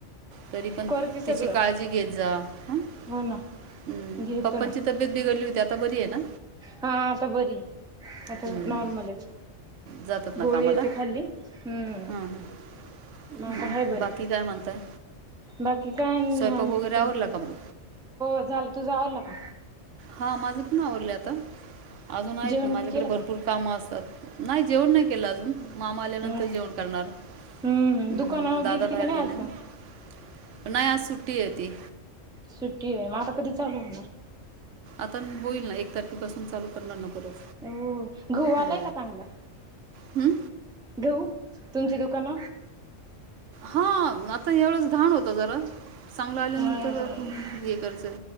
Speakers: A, on the right (about 75°); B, in the centre.
A: तरी पण
B: करते सगळं
A: तिची काळजी घेत जा, हं.
B: हो ना
A: हम्म
B: घेतो
A: पप्पांची
B: ना
A: तब्येत बिघडली होती आता बरीये ना.
B: हा आता बरी. आता
A: हं.
B: नॉर्मलच
A: जातात ना
B: गोळीये
A: कामाला
B: ती खाल्ली हम्म.
A: हां हां मग
B: आता हाय बरी
A: बाकी काय म्हणताय.
B: बाकी काय नई
A: स्वयंपाक
B: निवांतहो
A: वगैरे आवरला का मग
B: झालं तूजा आवरल का?
A: हा माझं पण आवरलं आता. अजून आहेत
B: जेवण
A: ना माझ्याकडे
B: ते केलं
A: भरपूर
B: का
A: कामं असतात नाही जेवण नाही केलं अजून मामा आल्यानंतर
B: मग
A: जेवण करणार.
B: हम्म
A: हं,
B: दुकानावर
A: दादा
B: गेलती
A: बाहेर
B: का नाही
A: गेले
B: आज
A: ना
B: म.
A: नाही आज सुट्टी येती.
B: सुट्टीये म आता कधी चालू होणार.
A: आता होईल ना एक तारखेपासून चालू करणार न परत.
B: हो गहू आलाय
A: हो
B: का चांगला
A: हं?
B: गहू. तुमची दुकान.
A: हा आता एवढंच घाण होत जरा. चांगलं आल्यानंतर
B: हा
A: हे करायचं,